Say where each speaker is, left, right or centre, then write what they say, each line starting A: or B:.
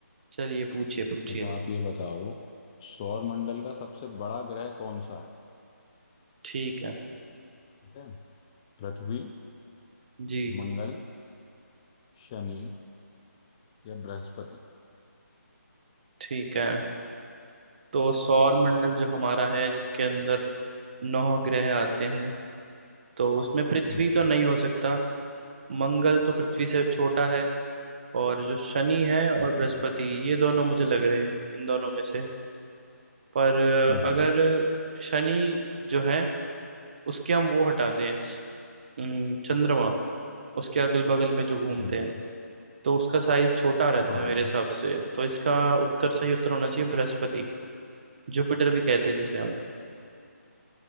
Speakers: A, on the right; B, on the left.
A: चलिए पूछिए पूछिए
B: अच्छा आप ये बताओ सौर मंडल का सबसे बड़ा ग्रह कौन सा है
A: ठीक है
B: ठीक है पृथ्वी
A: जी
B: मंगल शनि या बृहस्पति
A: ठीक है तो सौर मंडल जो हमारा है जिसके अंदर नौ ग्रह आते हैं तो उसमें पृथ्वी
B: हम्म
A: तो नहीं हो सकता मंगल तो पृथ्वी से छोटा है और जो शनि है
B: ठीक
A: और बृहस्पति
B: है
A: ये दोनों मुझे लग रहे हैं इन दोनों में से पर अ,
B: हम्म हम्म
A: अगर शनि जो है उसके हम वो हटा दें अम, चंद्रमा उसके अगल बगल में जो घूमते
B: हम्म,
A: हैं तो उसका साइज छोटा रहता
B: हाँ
A: है मेरे हिसाब से तो इसका उत्तर सही उत्तर होना चाहिए बृहस्पति जुपिटर भी कहते हैं जिसे हम